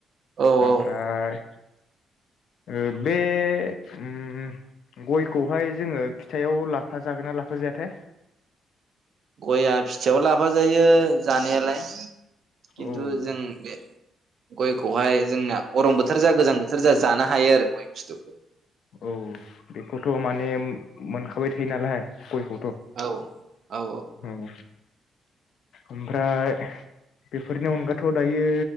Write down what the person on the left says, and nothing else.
ओमफ्राय
ओ बे ओम गयखौहाय जोङो फिथाइाव लाफा जागोन ना लाफा जायाथाय?
औ
औ बेखौथ' माने मोनखाबाय थायो नालाय गयखौ
ओम ओमफ्राय बेफोरनि अनगाथ' दायो